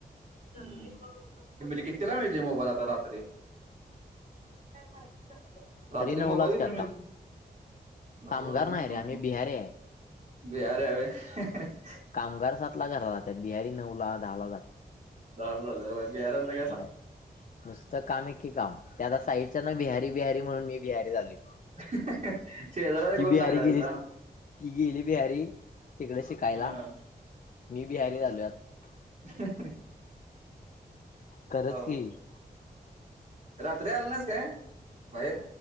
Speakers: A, on the right; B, on the left.
A: हम् म्हणजे किततीला मिळते मोबाईल आता रात्री काय माहिती सांग त्याला रात्री
B: नऊलाच
A: मोबाईल घेतला
B: की आता
A: मि नव
B: कामगार
A: रे
B: नाही
A: हा
B: आम्ही
A: ह
B: बिहारी आहे.
A: बीरे आ <unintelligible>
B: कामगार सातला घरा जातात बिहारी नऊ ला दहा ला जात
A: दर बेर बिहारालवे
B: हय नुसतं काम आहे की काम त्या आता साईडच्या ना बिहारी बिहारी म्हणून मी बिहारी झालोय
A: <unintelligible> शेजार् याचा
B: ती
A: गुन
B: बिहारी
A: लागला
B: गेली
A: तुला
B: ती गेली बिहारी तिकडे शिकायला
A: हा
B: मी बिहारी झालो आत
A: <unintelligible> ह
B: खरंच
A: हाव
B: की.
A: रात्री आल नाहीस काय बाहेर